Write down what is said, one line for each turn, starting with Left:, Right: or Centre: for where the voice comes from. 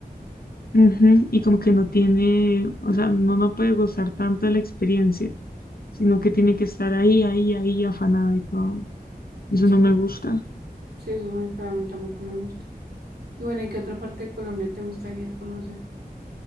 Left: ujú, Y como que no tiene, o sea, no, no puede gozar tanto de la experiencia, sino que tiene que estar ahí, ahí, ahí, afanada y todo. Eso
Right: Sí,
Left: no me gusta.
Right: sí, eso es muy feo, a mí tampoco me gusta. Y bueno, ¿y qué otra parte de Colombia te gustaría conocer?